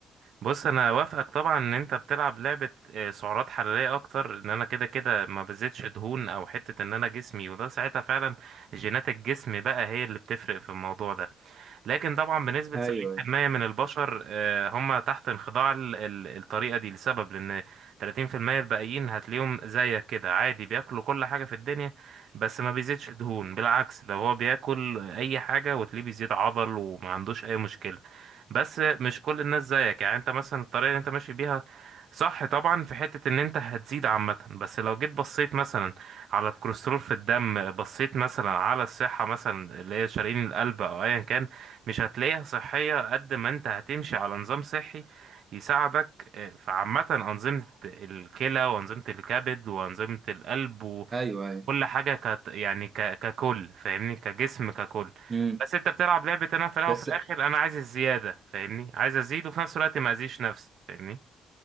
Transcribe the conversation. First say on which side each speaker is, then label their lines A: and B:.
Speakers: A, on the right; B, on the right.
A: بص انا وافقك طبعا ان انت بتلعب لعبة آه، سعرات حرارية اكتر ان انا كده كده ما بزيدش دهون او حتة ان انا جسمي وده ساعتها فعلا جينات الجسم بقى هي اللي بتفرق في الموضوع ده لكن طبعا بنسبة
B: أيوه
A: 70% من البشر آه، هم تحت انخضاع ال- ال- الطريقة دي لسبب لأن 30% الباقيين هتلاقيهم زيك كده عادي بياكلوا كل حاجة في الدنيا بس ما بيزيدش دهون بالعكس ده هو بياكل أي حاجة وتلاقيه بيزيد عضل وما عندوش أي مشكلة بس مش كل الناس زيك يعني أنت مثلا الطريقة اللي أنت ماشي بيها صح طبعا في حتة ان انت هتزيد عامة بس لو جيت بصيت مثلا على الكوليسترول في الدم بصيت مثلا على الصحة مثلا اللي هي شرايين القلب او ايا كان مش هتلاقيها صحية قد ما انت هتمشي على نظام صحي يساعدك آه، في عامة أنظمة الكلى وأنظمة الكبد وأنظمة القلب وكل
B: أيوه أيوه
A: حاجة كت يعني ك... ككل فاهمني كجسم ككل
B: امم
A: بس انت بتلعب لعبة انا في الأول
B: بس
A: وفي الآخر أنا عايز الزيادة فاهمني عايز أزيد وفي نفس الوقت ما أذيش نفسي فاهمني